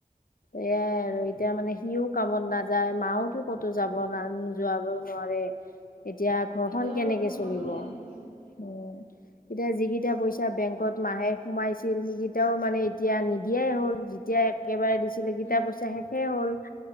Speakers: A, on the left; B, on the right.
A: এয়াই আৰু এতিয়া মানে সিও কামত নাযায় মাওতো ক'তো যাব নান যোৱাব নোৱাৰে। এ এতিয়া ঘৰখন
B: হয় দিয়া
A: কেনেকে
B: আৰু সময়ো
A: চলিব?
B: নাই নহয়
A: এ এতিয়া যিকেইটা পইচা বেংকত মাহে সোমাইছিল সেইকেইটাও মানে এতিয়া নিদিয়াই হ'ল যেতিয়া একেবাৰে দিছিলে কিতাপ
B: উম
A: পইচা শেষেই হ'ল।